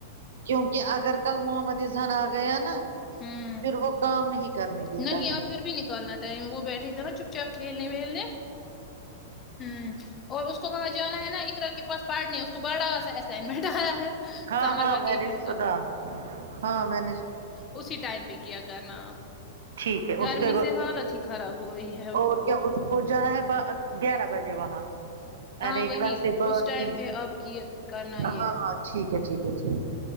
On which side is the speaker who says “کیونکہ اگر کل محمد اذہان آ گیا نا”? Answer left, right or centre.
Right